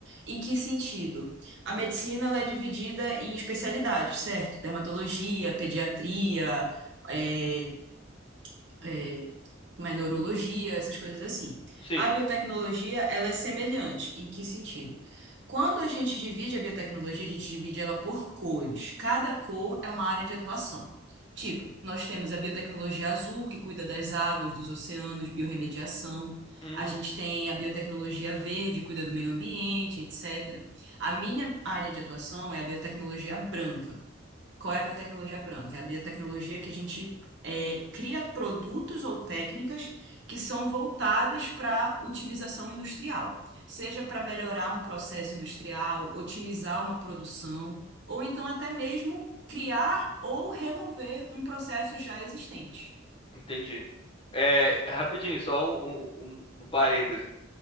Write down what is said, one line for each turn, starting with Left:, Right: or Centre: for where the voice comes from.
Right: Em que sentido? A medicina ela é dividida em especialidades, certo? Dermatologia, pediatria, é, é, mas neurologia, essas coisas assim.
Left: Sim.
Right: A biotecnologia, ela é semelhante. Em que sentido? Quando a gente divide a biotecnologia, a gente divide ela por cores. Cada cor é uma área de atuação. Tipo, nós temos a biotecnologia azul, que cuida das águas, dos oceanos, biorremediação.
Left: Hum,
Right: A gente tem a biotecnologia verde, cuida do meio ambiente, etc. A minha área de atuação é a biotecnologia branca. Qual é a biotecnologia branca? É a biotecnologia que a gente é, cria produtos ou técnicas que são voltadas para utilização industrial, seja para melhorar um processo industrial, otimizar uma produção, ou então até mesmo criar ou remover um processo já existente.
Left: entendi. É, rapidinho, só um, um, um um parêntese.